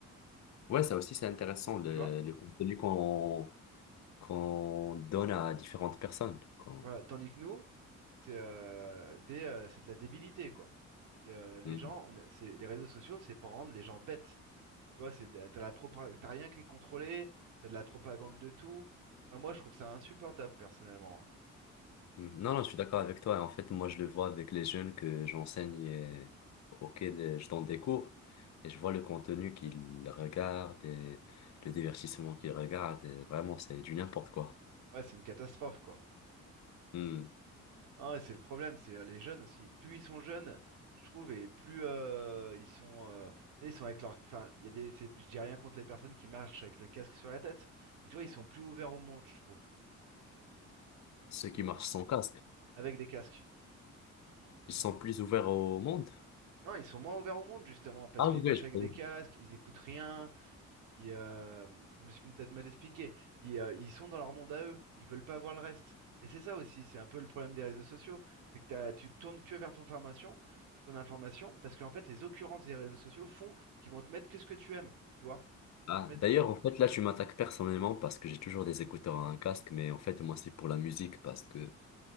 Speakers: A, on the left; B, on the right.
A: Ouais, ça aussi, c'est intéressant, le,
B: tu vois?
A: le contenu qu'on qu'on donne à différentes personnes. qu'on-
B: Voilà, tandis que nous, C'est euh, des, euh, c'est de la débilité, quoi. C'est, euh, les
A: Mm.
B: gens, on est- c'est, les réseaux sociaux, c'est pour rendre les gens bêtes. Tu vois, c'est, de la- t'as la propa- t'as rien qui est contrôlé, t'as de la propagande de tout. Enfin, moi, je trouve ça insupportable, personnellement. hein.
A: Mm. Non, non, je suis d'accord avec toi. En fait, moi, je le vois avec les jeunes que j'enseigne, euh, auxquels je donne des cours. Et je vois le contenu qu'ils regardent et le divertissement qu'ils regardent. et vraiment, c'est du n'importe quoi.
B: Ouais, c'est une catastrophe, quoi.
A: Mm.
B: Ah, et c'est le problème, c'est euh, les jeunes aussi. Plus ils sont jeunes, je trouve, et plus euh, ils sont, euh, tu sais, ils sont avec leur, enfin, il y a des, c'est- je dis rien contre les personnes qui marchent avec le casque sur la tête, mais tu vois, ils sont plus ouverts au monde, je trouve,
A: Ceux qui
B: C'est-
A: marchent sans casque
B: avec des casques.
A: Ils sont plus ouverts au monde?
B: Non, ils sont moins ouverts au monde, justement, parce
A: Ah
B: qu'ils
A: oui,
B: marchent
A: oui, je
B: avec
A: connais.
B: des casques, ils écoutent rien. Ils, euh, Je me suis peut-être mal expliqué. Ils, euh, ils sont dans leur monde à eux. Ils veulent pas voir le reste. Et c'est ça aussi, c'est un peu le problème des réseaux sociaux. C'est que t'as- tu te tournes que vers ton formation, ton information, parce qu'en fait, les occurrences des réseaux sociaux font qu'ils vont te mettre que ce que tu aimes, tu vois? Ils
A: Ah,
B: vont te mettre...
A: d'ailleurs, en fait, là, tu m'attaques personnellement parce que j'ai toujours des écouteurs à un casque, mais en fait, moi, c'est pour la musique parce que